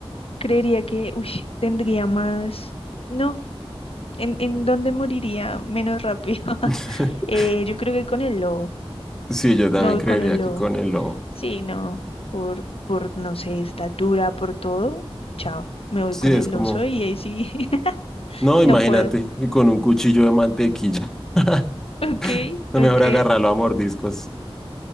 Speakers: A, on the left (about 70°); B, in the centre.
A: creería que, uy, tendría más. No, ¿en, en dónde moriría menos rápido? <laughs>
B: <laughs>
A: Eh, yo creo que con el lobo.
B: Sí, yo también
A: Me voy
B: creería
A: con el
B: que
A: lobo.
B: con el lobo.
A: Sí, no, por, por, no sé, estatura, por todo. Chao, me voy
B: Sí,
A: con
B: es
A: el
B: como,
A: oso y ahí sí, <laughs>
B: no,
A: no
B: imagínate,
A: puedo.
B: y con un cuchillo de mantequilla. <laughs>
A: Ok,
B: <laughs> Mejor
A: ok.
B: agárralo a mordiscos.